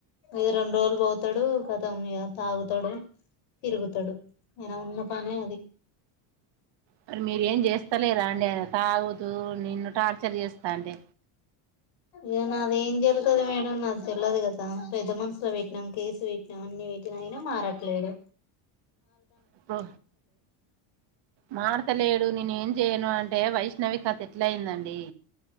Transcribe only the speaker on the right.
మరి మీరేం చేస్తలేర అండి ఆయనకు తాగుతూ నిన్ను టార్చర్ చేస్తాంటే,
అబ్బో మార్తలేడు నిను ఏం చేయను అంటే వైష్ణవి కత ఎట్లా అయిందండి.